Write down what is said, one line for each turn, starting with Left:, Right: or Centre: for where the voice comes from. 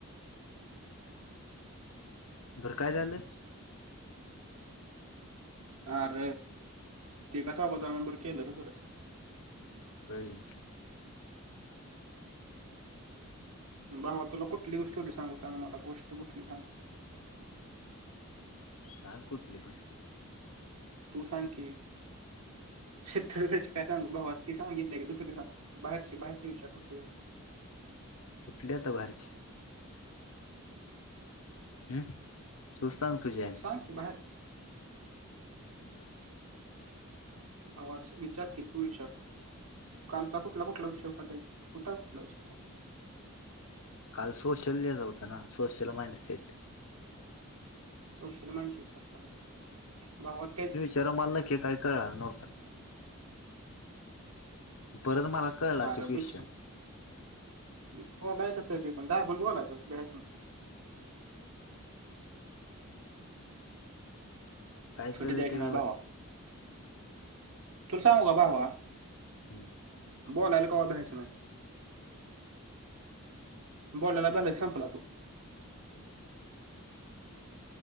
Left: बर काय झालं?
Right: आर! ते कसं <unintelligible> केलं रे बरंच.
Left: व्हय.
Right: भावा तुला कुठली गोष्ट होती सांगू? सांग मला गोष्ट कुठली सांगू?
Left: सांग कुठली पण.
Right: तू सांग की. शेतरीकडची काय सांगू? भावा ती सांगितली की. <unintelligible> बाहेरची बाहेरची विषय कुठे.
Left: कुठली आता बाहेरची? हं. तू सांग तुझ्या- ह्यानं
Right: सांग की बाहेर-
Left: हम्
Right: भावाज विचार की तू विचार. कालचा कुठला कुठला विषय होता काही? होता कुठला विषय काल?
Left: काल सोशल <unintelligible> होतं ना? Social mindset.
Right: Social mind set <unintelligible> का? भावा ते -
Left: तर मला नक्कीे काही कळालं नव्हतं. परत मला कळला
Right: अरे
Left: ते क्वेश्चन.
Right: विचार बोलायचं तरी पण. दाबून बोलायच भ्यायच नाही.
Left: काय
Right: सुटी
Left: तर
Right: द्यायची
Left: ते
Right: ना भावा. तुला सांगू का भावा?
Left: हं.
Right: बोलायला कवा भ्यायचं नाही. बोलायला भ्याला संम्पला तू.